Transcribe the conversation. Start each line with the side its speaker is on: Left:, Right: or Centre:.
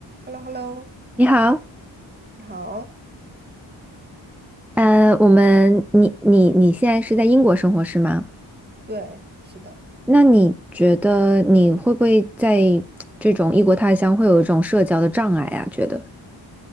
Right: h e l l o h e l l o
Centre: 你好，
Right: 你好。
Centre: 呃，我们你你你现在是在英国生活是吗？
Right: 对，是的，
Centre: 那你觉得你会不会在这种异国他乡会有一种社交的障碍啊？觉得，